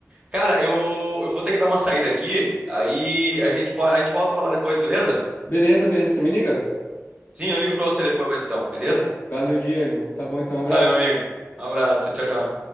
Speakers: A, on the right; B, on the left.
A: Cara, eu, eu vou ter que dar uma saída aqui, aí a gente pode, a gente volta a falar depois, beleza?
B: Beleza, beleza, você me liga?
A: Sim, eu ligo pra você depois então, beleza?
B: Valeu, Diego. Tá bom então, um abraço.
A: Valeu, amigo. Um abraço, tchau, tchau.